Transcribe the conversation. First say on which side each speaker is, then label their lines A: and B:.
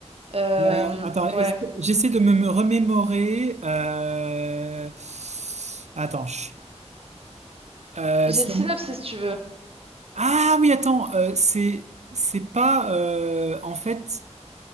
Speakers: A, on the right; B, on the right.
A: Euh,
B: Euh, attends,
A: ouais.
B: est-ce que- j'essaie de me, me remémorer. euh, Attends. je- euh,
A: J'ai
B: c'est-
A: le synopsis si tu veux.
B: Ah oui, attends. euh, c'est c'est pas euh, en fait.